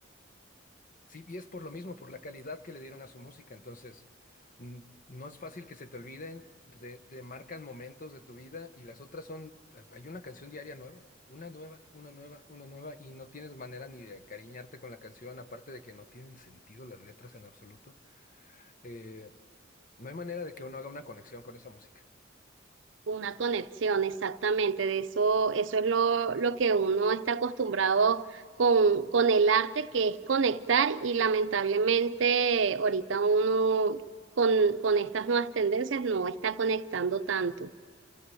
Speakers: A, on the left; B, on the right.
A: Sí, y es por lo mismo, por la calidad que le dieron a su música. Entonces, mm, no es fácil que se te olviden, re- te marcan momentos de tu vida y las otras son, ah, hay una canción diaria nueva, una nueva, una nueva, una nueva, y no tienes manera ni de encariñarte con la canción, aparte de que no tienen sentido las letras en absoluto. Eh, no hay manera de que uno haga una conexión con esa música.
B: una conexión, exactamente. De eso, eso es lo, lo que uno está acostumbrado con, con el arte, que es conectar, y lamentablemente ahorita uno con, con estas nuevas tendencias no está conectando tanto.